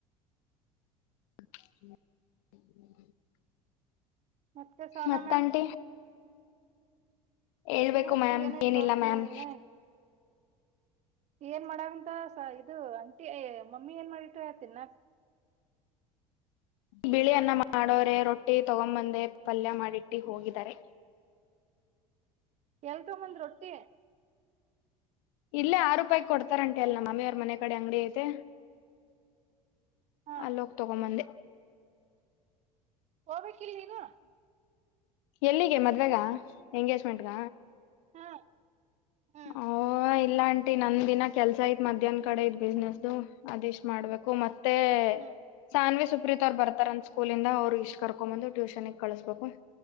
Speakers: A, on the left; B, on the right.
A: <inaudible>
B: ಮತ್ತೆ ಸೋನಾ
A: ಮತ್ತಂಟಿ
B: ಮ್ಯಾಮ್
A: ಹೇಳ್ಬೇಕು
B: ಮತ್ತೇಏನೋ
A: ಮ್ಯಾಮ್ ಏನಿಲ್ಲ
B: ಇಲ್ಲೊಡಪ
A: ಮ್ಯಾಮ್
B: ನೀನ ಏನ್ ಮಾಡಕ್ಂತ ಸ ಇದು ಅಂಟಿ ಮಮ್ಮಿ ಏನ್ ಮಾಡಿಟ್ಟು ಯ ತಿನ್ಕ್
A: ಬಿಳಿಯನ್ನ ಮಾಡೋರೆ ರೊಟ್ಟಿ ತಗೊಂಬಂದೆ ಪಲ್ಯ ಮಾಡಿಟ್ಟಿ ಹೋಗಿದ್ದಾರೆ
B: ಎಲ್ತಗೋಬಂದೆ ರೊಟ್ಟಿ
A: ಇಲ್ಲೇ ಆರು ರೂಪಾಯಿ ಕೊಡ್ತಾರಾಂಟಿ ಅಲ್ ಮಮ್ಮಿ ಅವ್ರ್ ಕಡೆ ಅಂಗಡಿ ಐತೆ
B: ಹಾ
A: ಅಲ್ಲೋಗ್ ತಗೋಬಂದೆ
B: ಹೋಗಬೇಕಿಲ್ ನೀನು
A: ಎಲ್ಲಿಗೆ ಮದ್ವೆಗ ಎಂಗೇಜ್ಮೆಂಟ್ಗ
B: ಹಾ ಹ್ಮ್
A: ಹಹ ಇಲ್ಲ ಆಂಟಿ ನಂದ್ ದಿನ ಕೆಲ್ಸ ಐತ್ ಮಧ್ಯಾಹ್ನ ಕಡೆ ಇದ್ ಬಿಸ್ನೆಸ್ ದು ಇಷ್ಟ್ ಮಾಡ್ಬೇಕು ಮತ್ ತ್ತೆ
B: ಹ್ಮ್
A: ಸಾನ್ವಿ ಸುಪ್ರೀತ ಅವ್ರು ಬರ್ತಾರಂತ್ ಸ್ಕೂಲಿಂದ ಅವ್ರು ಇಷ್ಟ್ ಕರ್ಕೊ ಬಂದು ಟ್ಯೂಷನ್ಗ್ ಕಳಸ್ಬೇಕು